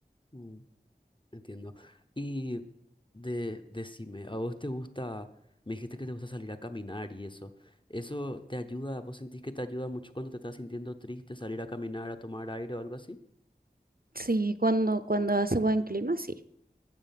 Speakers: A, on the left (about 30°); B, on the right (about 60°).
A: Mm, entiendo. Y de, decime, ¿a vos te gusta? Me dijiste que te gusta salir a caminar y eso. ¿Eso te ayuda? ¿Vos sentís que te ayuda mucho cuando te estás sintiendo triste, salir a caminar, a tomar aire o algo así?
B: Sí, cuando, cuando hace buen clima, sí.